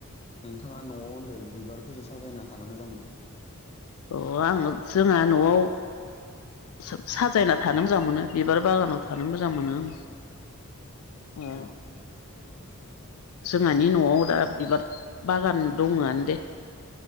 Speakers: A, on the left; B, on the left.
A: नोंथाङा न'आव होनदों बिबारफोरजों साजायना थानो मोजां मोनो।
B: अ, आङ जोंहा न'आव, सा-साजायना थानो मोजां मोनो। बिबार बागानाव थानो मोजां मोनो आं, ओ।
A: औ
B: जोंहानि न'आव दा बिबार बागान दङआनो दे।